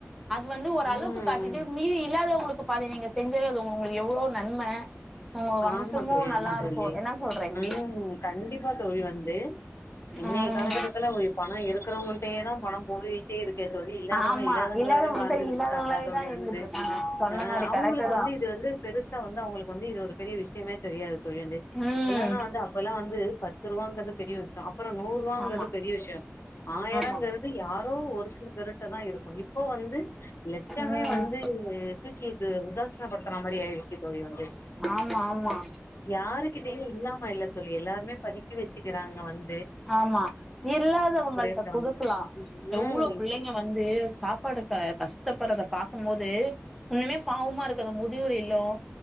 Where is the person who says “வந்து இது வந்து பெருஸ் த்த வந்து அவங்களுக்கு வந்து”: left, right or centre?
Left